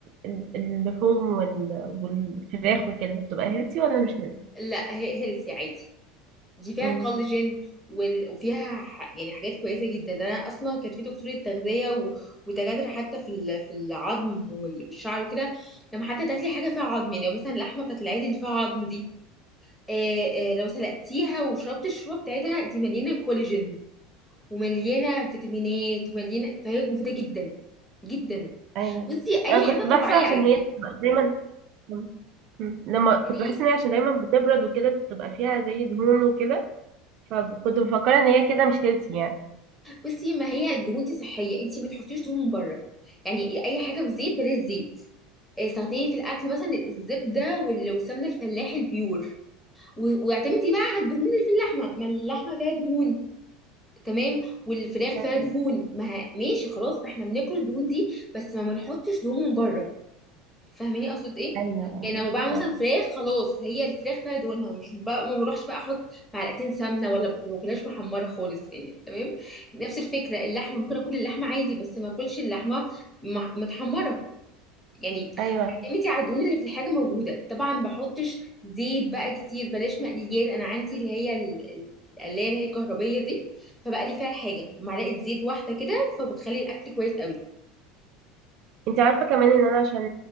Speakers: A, on the right (about 50°); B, in the centre.
A: ال- اللحوم وال... والفراخ وكده بتبقى هيلثي ولا مش هيلثي؟
B: لا هي هيلثي عادي دي فيها
A: مم.
B: كولاجين وال... وفيها ح... يعني حاجات كويسه جدا ده انا اصلا كان في دكتوره تغذيه و... ودكاتره حتى في ال... في العظم وال... والشعر وكده لما حتى تاكلي حاجه فيها عظم يعني لو مثلا اللحمه بتاعت العيد اللي فيها عظم دي آه آه لو سلقتيها وشربت الشوربه بتاعتها دي مليانه كولاجين ومليانه فيتامينات ومليانه فهي مفيده جدا جدا
A: أيوة
B: بصي اي
A: أنا كنت
B: حاجه طبيعيه
A: بحسب عشان
B: عادي
A: هي بتبقى دايما مم. مم. لما كنت
B: يعني
A: بحس إن هي عشان دايما بتبرد وكده بتبقى فيها زي دهون وكده فكنت مفكرة إن هي كده مش هيلثي يعني
B: بصي ما هي الدهون دي صحيه انت ما تحطيش دهون من بره يعني اي حاجه في زيت بلاش زيت استخدمي في الاكل مثلا الزبده وال- والسمنه الفلاحي البيور و- واعتمدي بقى على الدهون اللي في اللحمه ما اللحمه فيها دهون تمام والفراخ فيها
A: أيوة
B: دهون ما ه- ماشي خلاص ما احنا بناكل الدهون دي بس ما ما نحطش دهون من بره فاهماني اقصد ايه
A: أيوة أيوة,
B: يعني لما بعمل مثلا فراخ خلاص هي الفراخ فيها دهونها مش بقى ما بروحش بقى احط معلقتين سمنه ولا ب- ما باكلهاش محمره خالص يعني تمام نفس الفكره اللحمه ممكن اكل اللحمه عادي بس ما اكلش اللحمه مح- متحمره يعني
A: أيوة.
B: اعتمدي على الدهون اللي في الحاجه موجوده طبعا ما بحطش زيت بقى كتير بلاش مقليات انا عندي اللي هي ال- ال- القلايه اللي هي الكهربيه دي فبقلي فيها الحاجه معلقه زيت واحده كده فبتخلي الاكل كويس قوي
A: انت عارفة كمان ان انا عشان